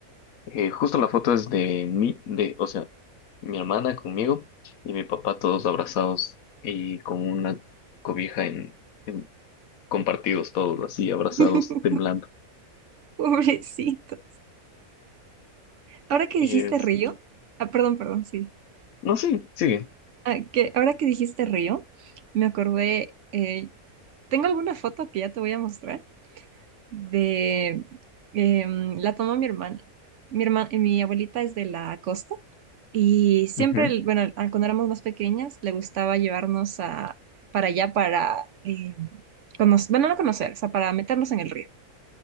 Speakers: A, on the left; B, on the right.
A: Eh, justo la foto es de mí, de, o sea, mi hermana conmigo y mi papá todos abrazados y con una cobija en, en- compartidos todos así, abrazados,
B: <laughs>
A: temblando.
B: Pobrecito. Ahora que
A: Es,
B: dijiste río, ah, perdón, perdón, sí.
A: no, sí, sigue.
B: Ah, que ahora que dijiste río, me acordé, eh, tengo alguna foto que ya te voy a mostrar de em, la tomó mi hermana. Mi herma- eh, mi abuelita es de la costa y siempre,
A: Ujú,
B: el- bueno, a- cuando éramos más pequeñas, le gustaba llevarnos a, para allá para, em, cono- bueno, no conocer, o sea, para meternos en el río.